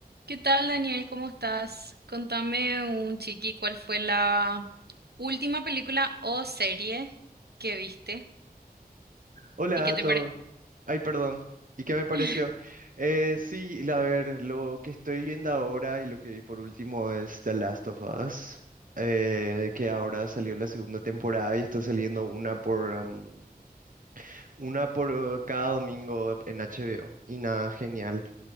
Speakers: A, on the right; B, on the right.
A: ¿Qué tal, Daniel? ¿Cómo estás? Contame un chiqui, ¿cuál fue la última película o serie que viste?
B: Hola
A: ¿Y qué
B: a
A: te
B: todos.
A: pareció?
B: Ay, perdón. ¿Y qué me pareció?
A: <laughs>
B: Eh, sí, la- a ver, lo que estoy viendo ahora y lo que vi por último es The Last of Us, eh, que ahora salió la segunda temporada y está saliendo una por, um, una por uh, cada domingo en HBO. Y nada, genial.